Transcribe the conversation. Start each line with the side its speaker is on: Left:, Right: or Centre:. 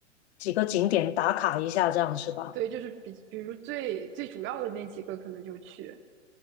Left: 几个景点打卡一下，这样是吧？
Right: 对，就是比比如最最主要的那几个可能就去，